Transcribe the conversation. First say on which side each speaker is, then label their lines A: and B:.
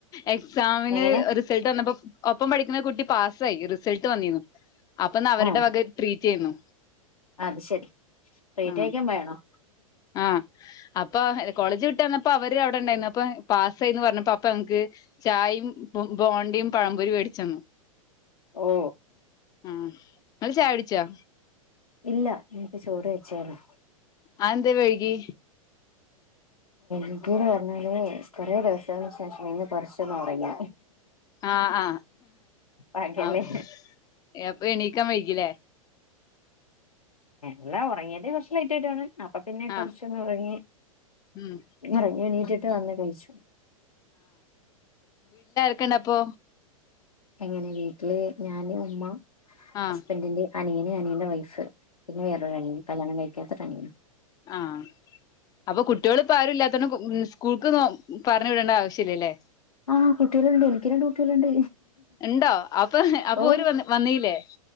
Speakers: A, on the left; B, on the left.
A: എക്സാമിന്
B: എങ്ങനെ
A: റിസൾട്ട് വന്നപ്പോ ഒപ്പം പഠിക്കുന്ന കുട്ടി പാസ്സായി റിസൾട്ട് വന്നിരുന്നു. അപ്പൊന്ന അവരുടെ
B: ആഹ്
A: വക ട്രീറ്റ് ചെയ്യുന്നു.
B: അത് ശെരി പ്രീറ്റേക്കും
A: ആഹ്
B: വേണോ.
A: ആഹ് അപ്പൊ കോളേജ് വിട്ട വന്നപ്പോ അവര് അവിടെ ഉണ്ടായിരുന്നു അപ്പൊ പാസ്സായിന്ന് പറഞ്ഞപ്പ ഇപ്പ എനിക്ക് ചായയും ബോണ്ടയും പഴംപൊരി മേടിച്ചന്നു.
B: ഓ
A: ആ ഇങ്ങള് ചാ വിടിച്ചാ
B: ഇല്ല എനിക്ക് ചൂട് വെച്ചോലോ.
A: ആ എന്തേ വഴകി?
B: എക്ക്ീട് പറഞ്ഞാല് കുറേ ദസംശേഷം ഇന്ന് കുറച്ചൊന്നും ഉറങ്ങ
A: ആഹ
B: ഭാഗ്യല്ലേ
A: ആഹ് ആപ്പ എണീക്കാൻ വഴിക്കില്ലേ
B: ല്ലാ ഉറങ്ങിയത കുറച്ച് ലൈറ്റ് ആട്ടാണ് അപ്പൊ പിന്നെ കൊറച്ചൊന്ന്
A: ആഹ്
B: ഉറങ്ങി
A: ഉം
B: ഇറങ്ങ കട്ടിട്ട് വന്ന് കഴിച്ചു
A: ക്കണ അപ്പൊ
B: എങ്ങനെ വീട്ടില് ഞാന്ും ഉമ്മ
A: ആഹ്
B: ഹസ്ബൻറിന്റെ അനിയനെ അനിയന്റെ വയസ്സ് പിന്നെേൊരുരാണെി കല്യാണം കഴി കത്ടങ്ങ
A: ആഹ അപ്പൊ കുട്ടികൾ ഇപ്പ ആരുില്ലാത്ത ഇ സ്കൂൾക്ക് പറഞ്ഞു വിടേണ്ട ആവശ്യ ഇല്ലല്ലേ
B: ആഹ കുട്ടികളുണ്ട് എനിക്ക് രണ്ട് കുട്ടികളണ്ട്
A: ഇണ്ടോ അപ്പൊ അപ്പൊ
B: ഓ
A: ഓര് വന്ന് വന്നീല്ലേ